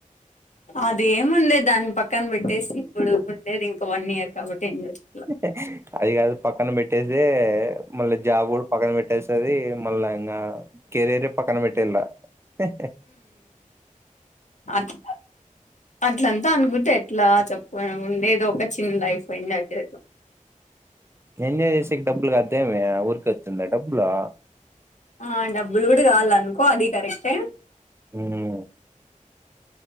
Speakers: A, on the left; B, on the right.
A: అదేముంద్లే దాన్పక్కన పెట్టేసి ఇప్పుడు ఉండేది ఇంక వన్ ఇయర్ కాబట్టి ఎంజాయ్ చె
B: <unintelligible> అది గాదు పక్కన పెట్టేసీ మళ్ళ జాబ్ కూడా పక్కన పెట్టేస్తది మళ్ళా ఇంగా కెరీరే పక్కన పెట్టేల్లా. హె హెహ్
A: అట్ల అట్లంతా అనుకుంటే ఎట్లా చెప్పు ఉండేది ఒక చిన్న లైఫ్ ఎంజాయ్ చేద్దాం.
B: ఎంజాయ్ చేసేకి డబ్బులు కాద్దేమి ఆ ఊరికే ఒత్తుందా డబ్బులు?
A: ఆ డబ్బులు గూడ గావాలన్కో అది కరెక్టే.
B: ఊఉ